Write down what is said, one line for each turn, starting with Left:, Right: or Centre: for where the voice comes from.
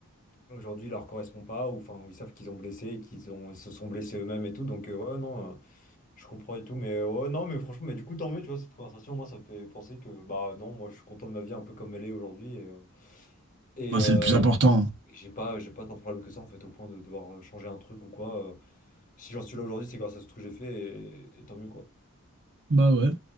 Left: aujourd'hui, il leur correspond pas, ou enfin, ils savent qu'ils ont blessé, qu'ils ont, ils se sont blessés eux-mêmes et tout, donc euh, ouais, non, euh, je comprends et tout, mais euh, ouais, non, mais franchement, mais du coup, tant mieux, tu vois, cette conversation, moi, ça me fait penser que, bah non, moi, je suis content de ma vie un peu comme elle est aujourd'hui, et, euh, et
Right: Bah,
Left: euh,
Right: c'est le plus important.
Left: j'ai pas, j'ai pas tant de problèmes que ça, en fait, au point de devoir euh, changer un truc ou quoi. euh, si j'en suis là aujourd'hui, c'est grâce à ce que j'ai fait, et, et tant mieux, quoi.
Right: Bah ouais.